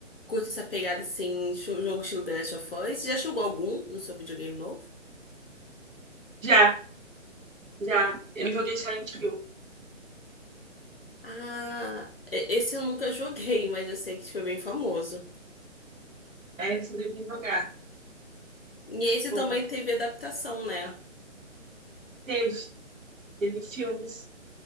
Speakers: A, on the left; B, on the right.
A: curte essa pegada, assim, chu- jogo estilo The Last of Us? Você já jogou algum no seu videogame novo?
B: Já, já, eu joguei Silent Hill.
A: Ah, e- esse eu nunca joguei, mas eu sei que foi bem famoso.
B: É, vocês devem jogar.
A: E esse
B: Bom,
A: também teve adaptação, né?
B: teve, teve filmes,